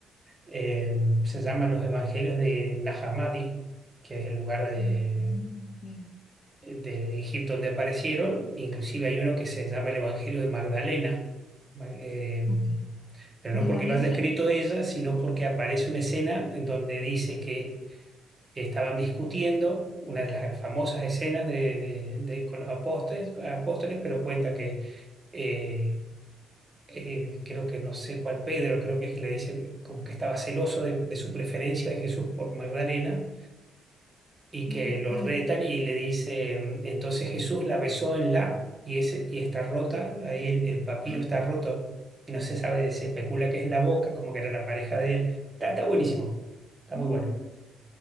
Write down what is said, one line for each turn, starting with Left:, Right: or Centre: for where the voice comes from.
Right: Eh, se llaman los Evangelios de Nahamadi, que es el lugar de,
Left: Mm, ah, Ok,
Right: de Egipto donde aparecieron. Inclusive hay uno que se llama el Evangelio de Magdalena. Ma- eh,
Left: ok.
Right: pero
Left: ¿De
Right: no porque
Left: la Virgen?
Right: lo haya escrito ella, sino porque aparece una escena en donde dice que estaban discutiendo, una de las famosas escenas de, de- de- con los apóstoles, apóstoles, pero cuenta que eh, eh, creo que no sé cuál Pedro, creo que es que le dice como que estaba celoso de, de su preferencia de Jesús por Magdalena y que
Left: Ok.
Right: lo retan y le dice, entonces Jesús la besó en la y, ese, y está rota, ahí el, el papiro
Left: Ah,
Right: está roto y no se sabe, se especula que es en la boca, como que era la pareja de él. Está, está buenísimo, está
Left: <gasps>
Right: muy bueno.